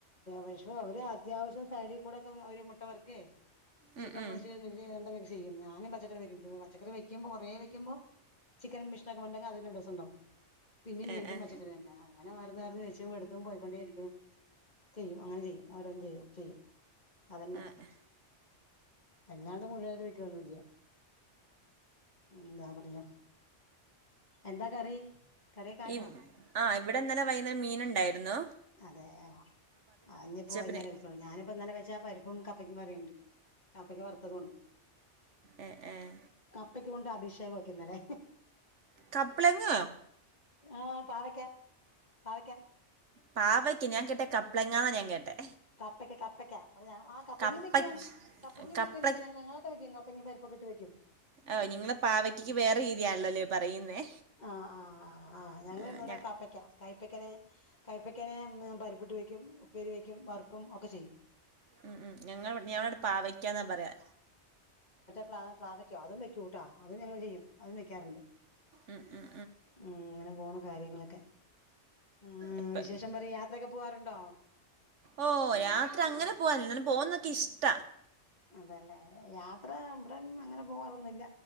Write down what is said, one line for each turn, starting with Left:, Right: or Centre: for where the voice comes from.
Left: വിഷം അവര് അത്യാവശ്യം സൈഡിൽ കൂടൊക്കെ അവര് മുട്ടവർക്കേ
Right: ഉം
Left: ക്കാൻ
Right: ഉം
Left: പൊരിച്ചത് ഇന്ന് <unintelligible> വകയാ ത്തിയും ഞാനും പച്ചക്കറി വെക്കും പച്ചക്കറി വെക്കുമ്പോ കൊറേ വെക്കുമ്പോ ചിക്കൻ <unintelligible> ഒണ്ടെങ്കി അത് രണ്ടോസംണ്ടാവും പിന്നെ
Right: ഏഹ്
Left: വീണ്ടും
Right: ഏഹ്
Left: പച്ചക്കറി തന്നെ അങ്ങനെ അറിഞ്ഞ് അറിഞ്ഞ് വെച്ചും എടുത്തും പോയിക്കൊണ്ടേ ഇരിക്കും ചെയ്യും അങ്ങനെ ചെയ്യും ആരേന്തോ ചെയ്യും അതന്നെ
Right: ആഹ്
Left: മ അല്ലാണ്ട് മുരിങ്ങെല വെക്കൊന്നുല്ല ന്താ പറയാ എന്താ കറി കറിയൊക്കായോ
Right: ഇ ആഇവിടെ ന്നലെ വൈകുന്നേരം മീനിണ്ടായിരുന്നു
Left: അതെയൊ ആ ഞ്ഞിപ്പോ വൈന്നേരം
Right: പിന്നെ
Left: വിളിക്കൊള്ളു ഞാനിപ്പോ ഇന്നലെ വെച്ചാ പരിപ്പും കപ്പയ്ക്കും കറിണ്ട് കപ്പക്ക വറുത്തതാണ്
Right: ഏഹ് ഏഹ്
Left: കപ്പക്ക കൊണ്ട് അഭിഷേകം വെക്കുന്നല്ലേ
Right: കപ്പ്ളങ്ങയോ
Left: ആ പാവക്ക പാവക്ക
Right: പാവക്കെ ഞാൻ കേട്ടെ കപ്പ്ളങ്ങാ ന്നാ ഞാൻ കേട്ടെ
Left: കപ്പക്ക കപ്പക്ക വടെ ഞാ ആ കപ്പങ്ങിം
Right: കപ്പ
Left: വെക്കും കപ്പങ്ങിം
Right: കപ്പ്ള
Left: വെക്കല്ലോ പല ഞങ്ങളാ കപ്പങ്ങിം പരിപ്പ് പ്പൊക്കിട്ട് വെക്കും
Right: ഓ നിങ്ങള് പാവക്കക്ക് വേറെ രീതിയാണല്ലൊലെ പറയുന്നേ
Left: ആ ആ ആ ഞങ്ങളിവിടെ
Right: ആഹ് ഞാ
Left: കാപ്പക്ക കയ്പ്പക്കനെ കൈപ്പക്കനെ മ് പരിപ്പിട്ട് വെക്കും ഉപ്പേരി വെക്കും വർക്കും ഒക്കെ ചെയ്യും
Right: ഉം ഉം ഞങ്ങള്‌വ്ട് ഞാവട് പാവയ്ക്കാന്നാ പറയാ
Left: പ്ലാവ് പാവക്ക അതു വെക്കൂട്ടൊ അതും ഞങ്ങള് ചെയ്യും അതും വെക്കാറുണ്ട്
Right: ഉം ഉം
Left: ഉം ങ്ങനെ പോണ് കാര്യങ്ങളൊക്കെ ഉം
Right: ഇപ്പ
Left: വിശേഷം പറയ് യാത്രയൊക്കെ പോവാറുണ്ടോ?
Right: ഓ രാത്രി അങ്ങനെ പോയൽ ന്നാലും പോവ്ന്ന്ക്ക് ക്കിഷ്ട
Left: അതല്ലേ യാത്ര ബ്ടെന്നു അങ്ങനെ പോവാറൊന്നുല്ല